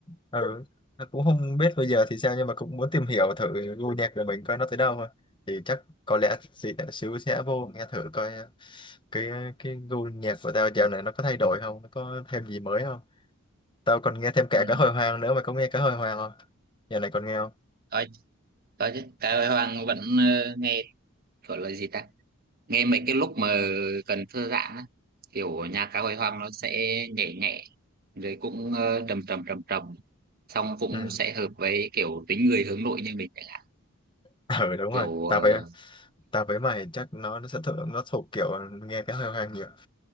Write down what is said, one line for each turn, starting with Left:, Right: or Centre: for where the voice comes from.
Left: ờ, ừ cũng không biết bây giờ thì sao nhưng mà cũng muốn tìm hiểu thử gu nhạc của mình coi nó tới đâu thôi thì chắc có lẽ chị đã xíu sẽ vô nghe thử coi ờ, cái cái gu nhạc của tao dạo này nó có thay đổi không nó có thêm gì mới không tao còn nghe thêm cả
Right: ừ.
Left: cá hồi hoang nữa mày có nghe cá hồi hoang không dạo này còn nghe không
Right: có có chứ cái Hoàng vẫn ờ, nghe gọi là gì ta nghe mấy cái lúc mà cần thư giãn á kiểu nhạc cá hồi hoang nó sẽ nhẹ nhẹ rồi cũng ờ, trầm trầm trầm trầm xong cũng
Left: ừ
Right: sẽ hợp với kiểu tính người hướng nội như mình chẳng hạn
Left: <laughs> ừ đúng
Right: kiểu
Left: rồi tao
Right: ờ,
Left: với tao với mày chắc nó nó sẽ thuộc nó thuộc kiểu nghe cá hồi hoang nhiều